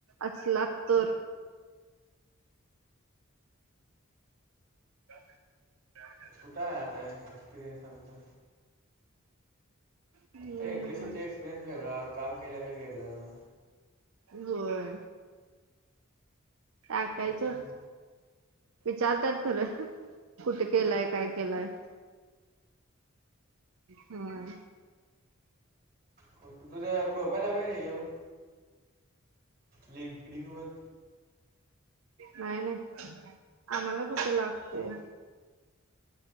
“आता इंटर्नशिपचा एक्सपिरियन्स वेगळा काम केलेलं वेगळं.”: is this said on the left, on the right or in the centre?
Right